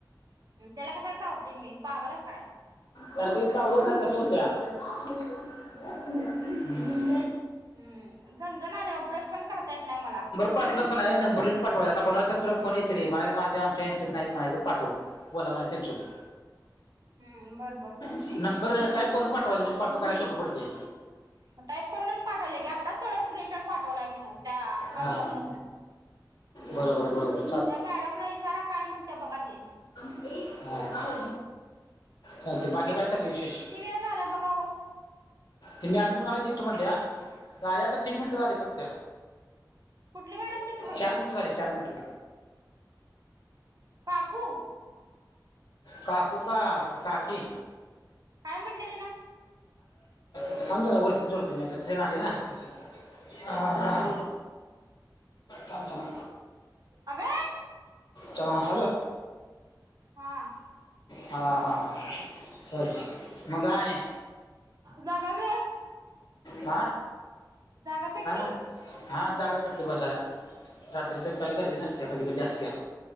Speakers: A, on the right; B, on the left.
A: त्याला कशाला चावते मी पागल आहे साळा
B: सारख चावलं कणी तस होत्या. <unintelligible> हम्म.
A: हम्म, झणजण नालय ओ, ब्रश पण करता येत नाही मला.
B: पाठलं नाय नंबर येऊन पाठव, आता कोणाच तुला फोन येतेली, म्हणाय माझे आमच्या यांचचे पण आहेत. म्हणायच पाठव. बोला म्हणायच त्यांच्या सोबत.
A: हम्म, बर-बर
B: नंबर टाईप करून पटवायचं, म्हजे कॉपी कराय सोपे पडते.
A: टाईप करूनच पाठवले की आत्ताच तेवढा स्क्रीनशॉट पाठवला मी त्या व्हॉट्सअप
B: हा.
A: मधन
B: बरोबर-बरोबर.
A: त्या मॅडमला विचारा, काय म्हणत्या बघा ती.
B: हा, चालते बाकी काय चालल विशेष.
A: किती वेळ झालाय बघा ओ.
B: ते मॅडम मला दित तो म्हणल्या झाली आता तीन मिनिटं झाली फक्त,
A: कुठली मॅडम तिथं म्हटल्या
B: चार मिनटं झाली. चार मिनटन
A: काकू
B: काकू का, काकी.
A: काय म्हटले तिनं
B: थांब जरा वरती चोडतो मी, आता ट्रेन आली आहे ना. आ-आ, थांब जरा.
A: अबे
B: चला, हॅलो.
A: हा.
B: हा-हा-हा होय, मग काय आणि?
A: जागा भेट
B: आ,
A: जागा भेटली
B: काय म्हणली? हा जागा भेटल बसाला. रात्रीच काही गरदी नसत्या. कधी-कधी असत्या.